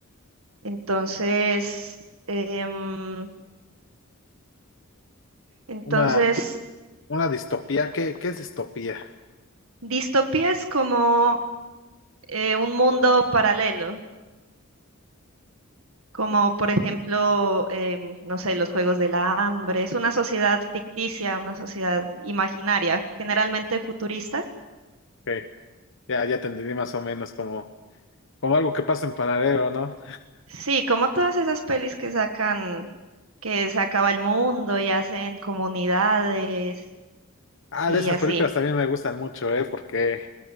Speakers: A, on the right; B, on the left.
A: Entonces, em, entonces,
B: una, una distopía. ¿Qué, qué es distopía?
A: distopía es como eh, un mundo paralelo como por ejemplo, em, no sé, los Juegos del Hambre. Es una sociedad ficticia, una sociedad imaginaria, generalmente futurista.
B: Ok, ya, ya te entendí más o menos como, como algo que pasa en paralelo, ¿no?
A: Sí, como todas esas pelis que sacan, que se acaba el mundo y hacen comunidades
B: Ah,
A: y
B: de esas
A: así.
B: películas también me gustan mucho, ¿eh? Porque